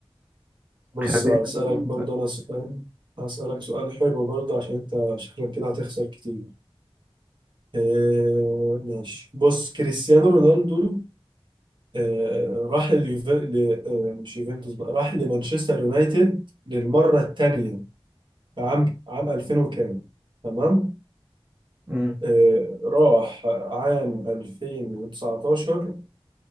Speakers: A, on the right; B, on the right.
A: بص
B: خلينا
A: هسألك
B: نقول
A: برضه
B: بقى
A: انا سؤال هسألك سؤال حلو برضه عشان انت شكلك كده هتخسر كتير آه ماشي بص كريستيانو رونالدو آه راح لليوف... ل... آه مش يوفنتوس بقى راح لمانشستر يونايتد للمرة الثانية في عام عام 2000 وكام تمام
B: امم
A: آه راح عام 2019